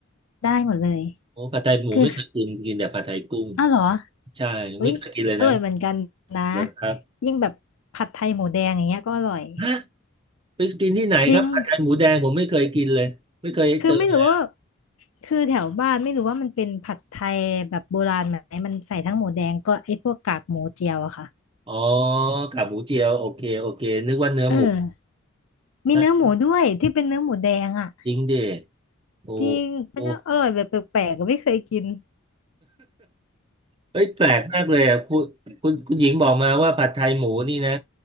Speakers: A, on the left (about 80°); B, on the right (about 25°).
A: ได้หมดเลย
B: โอ้ผัดไทยหมูไม่เคยกินกินแต่ผัดไทยกุ้ง
A: คืออ้าวเหรอ
B: ใช่ไม่เคยกินเลยนะ
A: อุ๊ยอร่อยเหมือนกันนะ
B: เหรอครับ
A: ยิ่งแบบผัดไทยหมูแดงอย่างเงี้ยก็อร่อย
B: ฮะไปกินที่ไหนครับผัดไทยหมูแดงผมไม่เคยกินเลยไม่เคยเจอเลย
A: จริงคือไม่รู้ว่าคือแถวบ้านไม่รู้ว่ามันเป็นผัดไทยแบบโบราณไหมมันใส่ทั้งหมูแดงก็ไอ้พวกกากหมูเจียวอะค่ะ
B: อ๋อกากหมูเจียวโอเคโอเคนึกว่าเนื้อหมู
A: เออ มีเนื้อหมูด้วยที่เป็นเนื้อหมูแดงอ่ะ
B: <laughs> จริงดิโอ้
A: จริงมันจะอร่อยแบบแปลกๆอะไม่เคยกิน
B: โอ้ เอ้ยแปลกมากเลยอ่ะคุณคุณคุณหญิงบอกมาว่าผัดไทยหมูนี่นะ